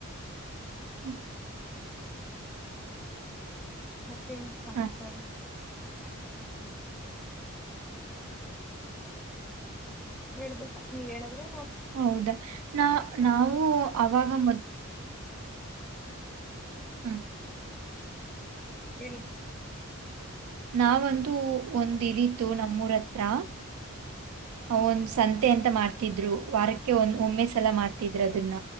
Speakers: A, on the right; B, in the centre.
A: ಹ್ಮ
B: ಮತ್ತೇನು ಸಮಾಚಾರ
A: ಆ
B: ಹೇಳ್ಬೇಕು ನೀವ್ ಹೇಳಾದ್ರೆ
A: ಹೌದಾ ನಾ ನಾವು ಅವಾಗ ಮದ್ ಹ್ಮ್
B: ಹೇಳಿ
A: ನಾವಂತೂ ಒಂದು ಇದ್ದಿತ್ತು ನಮ್ಮೂರ್ ಹತ್ರ ಅವ
B: ಹ್ಮ್
A: ಒಂದ್ ಸಂತೆ ಅಂತ ಮಾಡ್ತಿದ್ರು ವಾರಕ್ಕೆ ಒಂದ್ ಒಮ್ಮೆ ಸಲ ಮಾಡ್ತಿದ್ರು ಅದನ್ನ